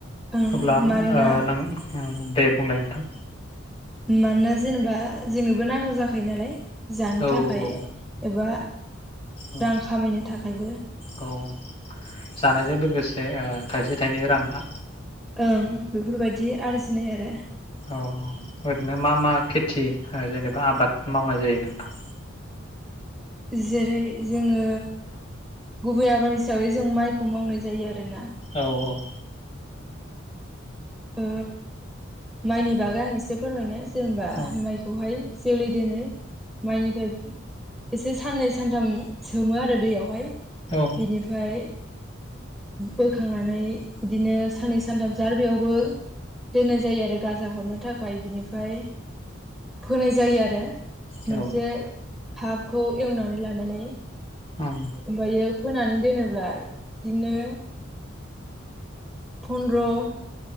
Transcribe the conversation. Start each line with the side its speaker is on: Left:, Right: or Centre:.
Centre: ओं
Left: अब्ला ओ
Centre: मानोना
Left: नों दे बुंलाय नोंथां।
Centre: मानोना जेनेबा जोंनोबो नांगौ जाखायो नालाय। जानो
Left: औ
Centre: थाखाय
Left: औ
Centre: एबा
Left: औ
Centre: रां खामायनो थाखायबो।
Left: औ जानायजों लोगोसे ओ थाइसे थाइनै राङा
Centre: ओं बेफोरबायदि आरो। दिनो आरो
Left: औ औ ओरैनो मा मा खेथि जेनेबा आबाद मावनाय जायो नोंथां।
Centre: जेरै। जोङो गुबै आबाद हिसाबै जों माइखौ मावनाय जायो आरोना।
Left: औ औ
Centre: ओ माइनि बागै आं एसे से फोरमायनो जेनेबा
Left: औ
Centre: माइखौहाय जोलै दोनो माइनिफ्राय एसे साननै सानथाम सोमो आरो दैयावहाय
Left: औ
Centre: बिनिफ्राय बोखांनानै इदिनो साननै सानथामसो आरो बेयावबो दोननाय जायो आरो गाजा हरनो थाखाय बिनिफ्राय फोनाय जायो आरो मोनसे
Left: औ औ
Centre: हाखौ एवनानै लानानै
Left: उम
Centre: ओमफायो फोनानै दोनोब्ला इदिनो फनद्र'